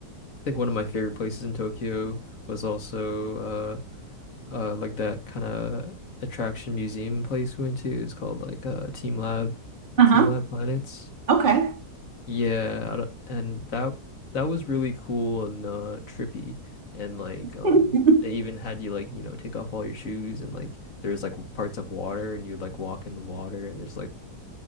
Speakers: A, on the left (about 55°); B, on the right (about 30°).
A: I think one of my favorite places in Tokyo was also uh, uh like that kind of attraction museum place we went to is called like uh Team Lab
B: Uh-huh.
A: Team Lab Planets
B: Okay.
A: yeah I don't- and that that was really cool and uh trippy and like um
B: <laughs>
A: they even had you like you know take off all your shoes and like there's like parts of water and you like walk in the water and there's like